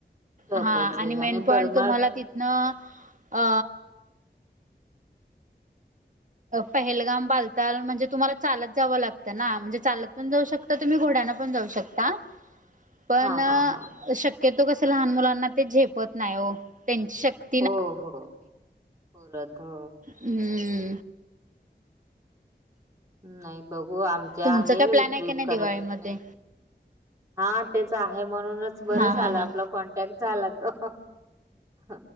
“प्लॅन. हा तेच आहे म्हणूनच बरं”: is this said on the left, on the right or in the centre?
Right